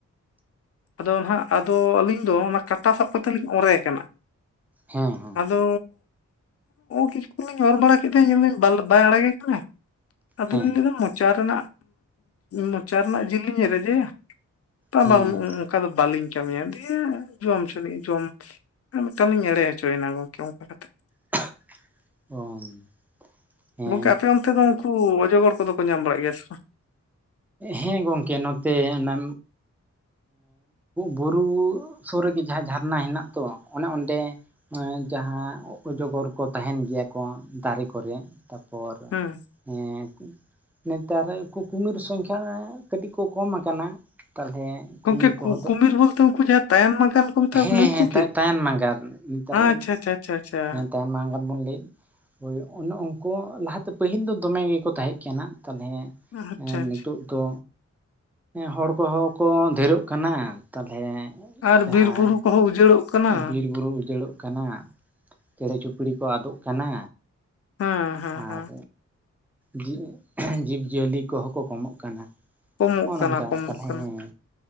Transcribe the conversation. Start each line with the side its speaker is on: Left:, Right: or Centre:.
Left: ᱟᱫᱚ ᱦᱟᱜ ᱟᱫᱚ ᱟᱹᱞᱤᱧ ᱫᱚ ᱚᱱᱟ ᱠᱟᱴᱟ ᱥᱟᱵ ᱠᱟᱛᱮᱫ ᱞᱤᱧ ᱚᱨᱮ ᱠᱟᱱᱟ
Centre: ᱦᱮᱸ ᱦᱮᱸ
Left: ᱟᱫᱚ ᱠᱤᱪᱩ ᱜᱟᱱ ᱞᱤᱧ ᱚᱨ ᱵᱟᱲᱟ ᱧᱮᱞᱫᱟᱹᱧ ᱧᱮᱞᱫᱟᱹᱧ ᱵᱟᱭ ᱟᱲᱟᱜᱮ ᱠᱟᱱᱟ ᱟᱫᱚᱧ
Centre: ᱦᱮᱸ
Left: ᱞᱟᱹᱭᱟ ᱢᱚᱪᱟ ᱨᱮᱱᱟᱜ ᱢᱚᱪᱟ ᱨᱮᱱᱟᱜ ᱡᱤᱞᱤᱧ ᱨᱮᱡᱮᱭᱟ
Centre: ᱦᱮᱸ
Left: ᱵᱟᱝ ᱚᱠᱟ ᱫᱚ ᱵᱟᱹᱞᱤᱧ ᱠᱟᱹᱢᱤᱭᱟ ᱫᱤᱭᱮ ᱡᱚᱢ ᱦᱚᱪᱟᱱᱤ ᱡᱚᱢ ᱟᱨ ᱢᱤᱫᱤᱛᱟᱝ ᱞᱤᱧ ᱮᱲᱮ ᱦᱚᱪᱚᱭᱮᱱᱟ ᱜᱚᱝᱠᱮ ᱚᱱᱠᱟ ᱠᱟᱛᱮᱫ
Centre: ᱚ ᱦᱮᱸ
Left: ᱜᱚᱝᱠᱮ ᱟᱯᱮ ᱚᱱᱛᱮ ᱫᱚ ᱩᱱᱠᱩ ᱚᱡᱚᱜᱚᱲ ᱠᱚᱫᱚ ᱠᱚ ᱧᱟᱢ ᱵᱟᱲᱟᱜ ᱜᱮᱭᱟ ᱥᱮ
Centre: ᱦᱮᱸ ᱜᱚᱢᱠᱮ ᱱᱚᱛᱮ ᱚᱱᱟ ᱵᱩᱨᱩ ᱥᱩᱨ ᱨᱮᱜᱮ ᱡᱟᱦᱟᱸ ᱡᱷᱟᱨᱱᱟ ᱦᱮᱱᱟᱜ ᱛᱚ ᱚᱱᱮ ᱚᱸᱰᱮ ᱡᱟᱦᱟᱸ ᱚᱡᱚᱜᱚᱨ ᱠᱚ ᱛᱟᱦᱮᱱ ᱜᱮᱭᱟ ᱠᱚ ᱫᱟᱨᱮ ᱠᱚᱨᱮ ᱛᱟᱯᱚᱨ
Left: ᱦᱩᱸ
Centre: ᱦᱮᱸ ᱱᱮᱛᱟᱨ ᱠᱩ ᱠᱩᱢᱤᱨ ᱥᱚᱝᱠ ᱦᱮᱸ ᱠᱟᱹᱴᱤᱡ ᱠᱚ ᱠᱚᱢ ᱟᱠᱟᱱᱟ ᱛᱟᱦᱚᱞᱮ ᱠᱩᱢᱤᱨ
Left: ᱜᱚᱢᱠᱮ
Centre: ᱠᱚᱦᱚᱸ
Left: ᱠᱩᱢᱤᱨ ᱵᱚᱞᱛᱮ ᱩᱱᱠᱩ ᱡᱟᱦᱟᱸ ᱛᱟᱭᱟᱝ ᱢᱟᱜᱟᱱ ᱠᱚ ᱢᱮᱛᱟ
Centre: ᱦᱮᱸ
Left: ᱠᱚ ᱱᱩᱠᱩ
Centre: ᱦᱮᱸ
Left: ᱠᱤ
Centre: ᱛᱟᱭᱟᱝ ᱢᱟᱜᱟᱨ ᱱᱮᱛᱟᱨ
Left: ᱟᱪᱪᱷᱟ ᱟᱪᱪᱷᱟ ᱟᱪᱪᱷᱟ ᱟᱪᱪᱷᱟ
Centre: ᱦᱮᱸ ᱛᱟᱭ ᱢᱟᱜᱟᱨ ᱵᱚᱱ ᱞᱟᱹᱭᱮᱫ ᱦᱳᱭ ᱚᱱᱮ ᱩᱱᱠᱩ ᱞᱟᱦᱟᱛᱮ ᱯᱟᱹᱦᱤᱞ ᱫᱚ ᱫᱚᱢᱮ ᱜᱮᱠᱚ ᱛᱟᱦᱮᱸ ᱠᱟᱱᱟ ᱛᱟᱞᱚᱞᱮ
Left: ᱟᱪᱪᱷᱟ
Centre: ᱦᱮᱸ
Left: ᱟᱪᱪᱷᱟ
Centre: ᱱᱤᱛᱳᱜ ᱫᱚ ᱦᱚᱲ ᱠᱚᱦᱚᱸ ᱠᱚ ᱰᱷᱮᱨᱚᱜ ᱠᱟᱱᱟ ᱛᱟᱞᱚᱞᱮ
Left: ᱟᱨ
Centre: ᱡᱟᱦᱟᱸ
Left: ᱵᱤᱨ ᱵᱩᱨᱩ ᱠᱚᱦᱚᱸ ᱩᱡᱟᱹᱲᱚᱜ ᱠᱟᱱᱟ
Centre: ᱵᱤᱨ ᱵᱩᱨᱩ ᱩᱡᱟᱹᱲᱚᱜ ᱠᱟᱱᱟ ᱪᱮᱬᱮ ᱪᱩᱯᱲᱤ ᱠᱚ ᱟᱫᱚᱜ ᱠᱟᱱᱟ
Left: ᱦᱮᱸ ᱦᱮᱸ
Centre: ᱟᱨ
Left: ᱦᱮᱸ
Centre: ᱡᱤ ᱡᱤᱵᱽ ᱡᱤᱭᱟᱹᱞᱤ ᱠᱚᱦᱚᱸ ᱠᱚ ᱠᱚᱢᱚᱜ ᱠᱟᱱᱟ
Left: ᱠᱚᱢᱚᱜ
Centre: ᱱᱚᱜᱼᱚ ᱱᱚᱝᱠᱟ
Left: ᱠᱟᱱᱟ ᱠᱚᱢᱚᱜ
Centre: ᱛᱟᱞᱦᱮ
Left: ᱠᱟᱱᱟ
Centre: ᱦᱮᱸ